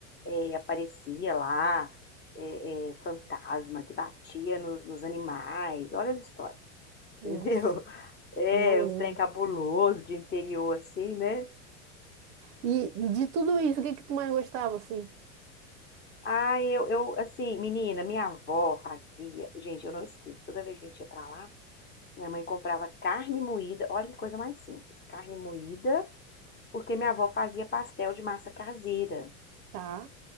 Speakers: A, on the left; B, on the right.
A: é, aparecia lá é, é, fantasma que batia nos, nos animais. Olha as histórias,
B: Nossa,
A: entendeu? <laughs> É,
B: não,
A: uns
B: não.
A: trem cabuloso de interior assim, né?
B: E, e de tudo isso, o que que tu mais gostava, assim?
A: Ah, eu, eu, assim, menina, minha avó fazia. Gente, eu não esqueço. Toda vez que a gente ia pra lá, Minha mãe comprava carne moída, olha que coisa mais simples, carne moída, porque minha avó fazia pastel de massa caseira.
B: Tá.